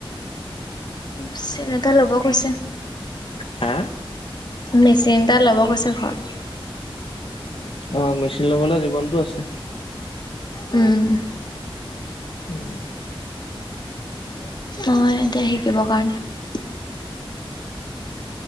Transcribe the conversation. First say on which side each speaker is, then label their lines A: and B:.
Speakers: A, on the left; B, on the left.
A: মেচিন এটা ল'ব কৈছে।
B: হা?
A: মেচিন এটা ল'ব কৈছে ঘৰত।
B: অ', মেচিন ল'বলৈ জীৱনটো আছে।
A: উম,
B: উম।
A: অ এতিয়া শিকিবৰ কাৰণে